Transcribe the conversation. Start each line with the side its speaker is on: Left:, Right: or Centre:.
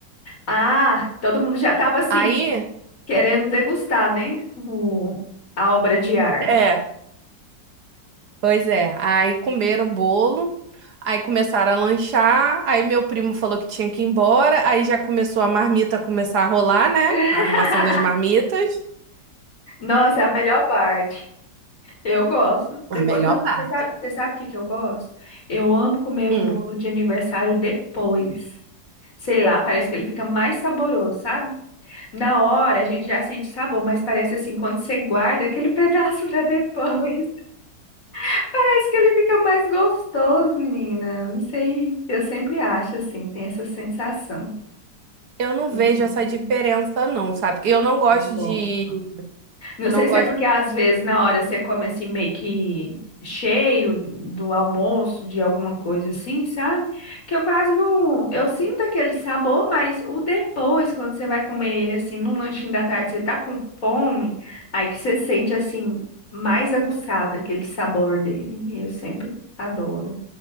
Left: Ah, todo mundo já tava assim,
Right: Aí,
Left: querendo degustar, né? O, a obra de arte.
Right: é. Pois é, aí comeram o bolo, aí começaram a lanchar, aí meu primo falou que tinha que ir embora, aí já começou a marmita a começar a rolar, né?
Left: <laughs>
Right: A arrumação das marmitas.
Left: Nossa, é a melhor parte. Eu gosto.
Right: A
Left: Depois...
Right: melhor
Left: Não,
Right: parte.
Left: você sabe, você sabe o que que eu gosto? Eu amo comer
Right: Hum,
Left: o bolo de aniversário depois. Sei lá, parece que ele fica mais saboroso, sabe? Na hora a gente já sente sabor, mas parece assim, quando você guarda aquele <laughs> pedaço pra depois, <laughs> parece que ele fica mais gostoso, menina. Não sei, eu sempre acho assim, tem essa sensação.
Right: eu não
Left: Eu
Right: vejo
Left: amo,
Right: essa diferença não, sabe? Porque Eu não gosto
Left: eu gosto.
Right: de,
Left: Não
Right: eu
Left: sei
Right: não gosto.
Left: se é porque às vezes na hora você come assim meio que cheio do almoço, de alguma coisa assim, sabe? Que eu quase não. Eu sinto aquele sabor, mas o depois, quando você vai comer ele assim, num lanchinho da tarde, você tá com fome, aí que você sente assim, mais aguçado aquele sabor dele. Eu sempre adoro.